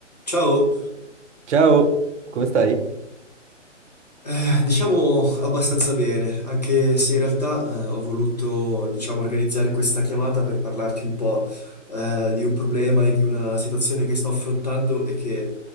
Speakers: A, on the left; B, on the right.
A: Ciao,
B: Ciao, come stai?
A: eh, diciamo abbastanza bene, anche se in realtà eh, ho voluto, diciamo, organizzare questa chiamata per parlarti un po' eh, di un problema e di una situazione che sto affrontando e che,